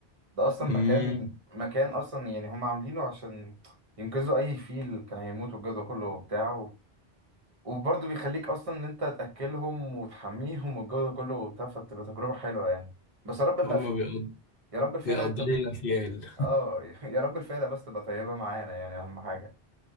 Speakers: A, on the right; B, on the left.
A: ده اصلا
B: امم
A: مكان مكان اصلا يعني هم عاملينه عشان ينقذوا اي فيل كان هيموت والجو ده كله وبتاع و- وبرضه بيخليك اصلا ان انت تاكلهم وتحميهم والجو ده كله وبتاع فبتبقى تجربه حلوه يعني بس يا رب اللفه
B: هما بيقد...
A: يا رب الفيله
B: بيقدروا
A: تبقى
B: الافيال
A: اه <laughs> يا رب الفيله بس تبقى طيبه معانا يعني اهم حاجه